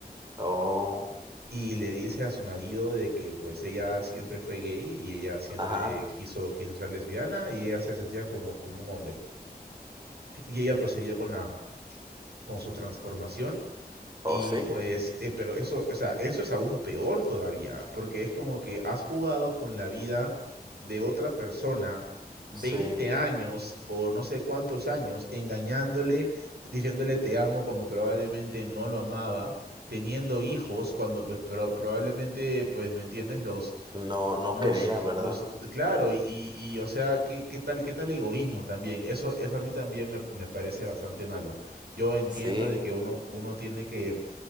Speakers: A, on the right; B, on the right.
A: Oh,
B: y le dice a su marido de que pues ella siempre fue gay y ella siempre
A: ajá.
B: quiso, quiso ser lesbiana y ella se sentía como, como un hombre. Y ella procedió con la, con su transformación y
A: Oh, sí.
B: pues, eh, pero eso, o sea, eso es aún peor todavía, porque es como que has jugado con la vida de otra persona veinte
A: Sí.
B: años o no sé cuántos años, engañándole, diciéndole te amo cuando probablemente no lo amaba, teniendo hijos cuando pues pro- probablemente, pues, ¿me entiendes? Los,
A: No, no
B: los,
A: quería, ¿verdad?
B: los, claro, y, y, y, o sea, ¿qué, qué tal, qué tal egoísmo también? Eso, eso a mí también me, me parece bastante malo. Yo entiendo
A: Sí,
B: de que uno, uno tiene que